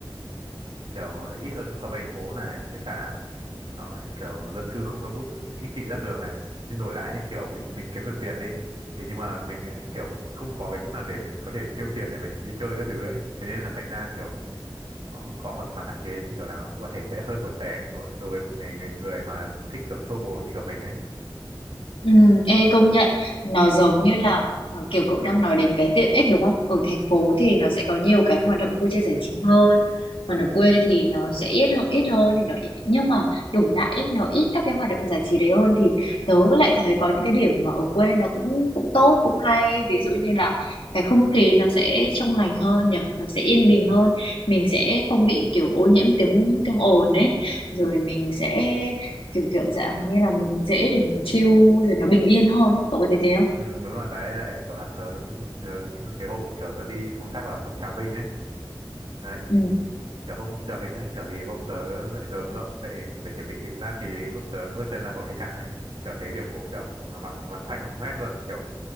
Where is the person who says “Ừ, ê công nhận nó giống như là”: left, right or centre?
Left